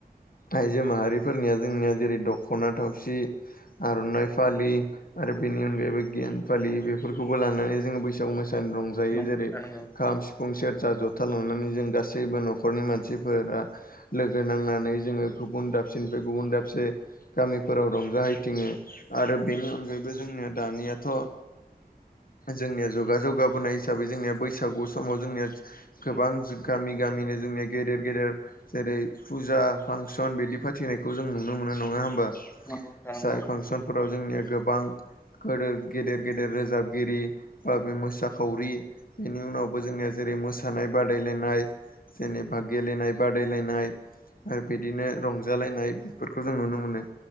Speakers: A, on the left; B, on the left.
A: आइजो माहारिफोरनिया जोंनिया जेरै दख'ना थावसि आर'नाइ फालि आरो बेनि अनगायैबो गियान फालि बेफोरखौबो लानानै जोङो बैसागु मो रंजायो
B: नंगौ नोंथां
A: जेरै
B: नंगौ
A: खाम सिफुं सेरजा जथा लानानै जों गासैबो न'खरनि मानसिफोरा लोगो नांनानै जोङो गुबुन दाबसेनिफ्राय गुबुन दाबसे गामिफोराव रंजाहैथिङो आरो बेनि अनगायैबो जोंनिया दानियाथ'। जोंनिया जुगा जौगाबोनाय हिसाबै जोंनिया बैसागु समाव जोंनिया गोबां गामि गामिनि जोंनिया गेदेर गेदेर जेरै फुजा फांसन बिदि फाथिनायखौ जों नुनो मोनो नङा होमबा।
B: नंगौ नोंथां
A: जाय
B: नंगौ
A: फांसनफोराव जोंनिया गोबां गोदोर गेदेर गेदेर रोजाबगिरि बा बे मोसाखावरि बेनि उनावबो जोंनिया जेरै मोसानाय बादायलायनाय जेनेबा गेलेनाय बादायलायनाय आरो बिदिनो रंजालायनाय बेफोरखौ जों नुनो मोनो